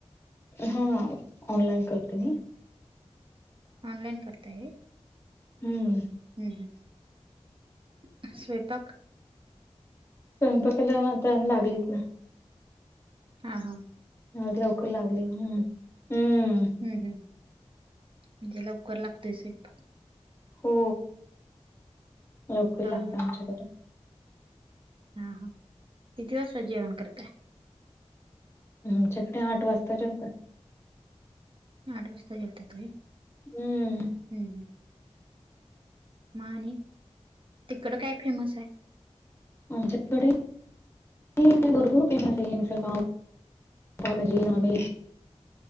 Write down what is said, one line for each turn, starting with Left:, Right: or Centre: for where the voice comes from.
Left: हा.. ऑनलाईन करते मी.
Right: ऑनलाईन करता होय?
Left: हम्म.
Right: हं, हं स्वयंपाक?
Left: स्वयंपाकाला आता लागलीत ना.
Right: हा, हा.
Left: आज लवकर लागलेय ना, हम्म.
Right: हं, हं, जरा लवकर लागतोय स्वयंपाक.
Left: हो, लवकर
Right: हा
Left: लागतोय
Right: हा
Left: आमच्याकडे.
Right: हा, हा किती वाजता जेवण करताय?
Left: आमच्याकडे आठ वाजता जेवतात.
Right: आठ वाजता जेवतात व्हय,
Left: हम्म
Right: हं, हं. मग आणि तिकड काय फेमस आहे?
Left: आमच्याकडे हे का आहे भरपूर फेमस आहे, आमच्या गावात पावभजी, नॉनव्हेज..